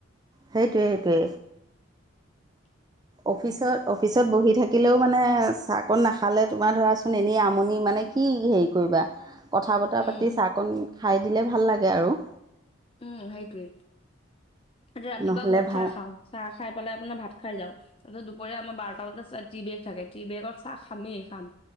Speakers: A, on the right; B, on the left.
A: সেইটোৱে সেইটোৱে-
B: <unintelligible>
A: অফিচত অফিচত বহি থাকিলেও মানে চাহ কণ নাখালে তোমাৰ ধৰাচোন এনেই আমনি মানে- কি হেৰি কৰিবা কথা বতৰা
B: উম
A: পাতি চাহকণ খাই দিলে ভাল লাগে আৰু-
B: উম সেইটোৱে এতিয়া ৰাতিপুৱা
A: নহ'লে
B: ঘৰত
A: ভাল
B: চাহ খাওঁ চাহ- খাই পেলাই আপোনাৰ ভাত খাই যাওঁ তাৰপিছত দুপৰীয়া আমাৰ বাৰটা বজাত টি বেগ থাকে টি বেগত চাহ খামেই খাম।